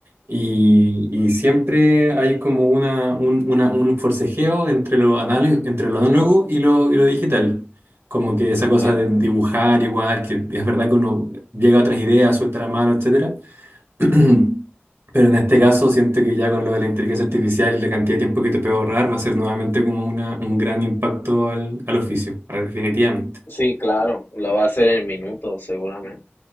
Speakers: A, on the right (about 70°); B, on the left (about 90°).
A: y, y siempre hay como una, un, una- un forcejeo entre lo análogo, entre lo análogo y lo, y lo digital. Como que esa cosa
B: Sí.
A: de dibujar igual, que es verdad que uno llega a otras ideas, suelta la mano, etcétera. <clears throat> Pero en este caso siento que ya con lo de la inteligencia artificial y la cantidad de tiempo que te puede ahorrar va a ser nuevamente como una, un gran impacto al, al oficio, al- definitivamente.
B: Sí, claro, lo va a hacer en minutos, seguramente.